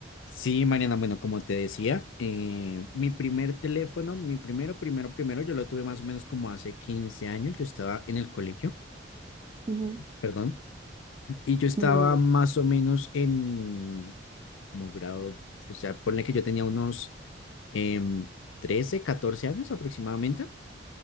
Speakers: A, on the left; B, on the right.
A: Sí, Mariana, bueno, como te decía, eh, mi primer teléfono, mi primero, primero, primero, yo lo tuve más o menos como hace 15 años, yo estaba en el colegio,
B: Ujú,
A: perdón, y yo estaba
B: No te preocupes.
A: más o menos en como grado, o sea, ponle que yo tenía unos em, 13, 14 años aproximadamente.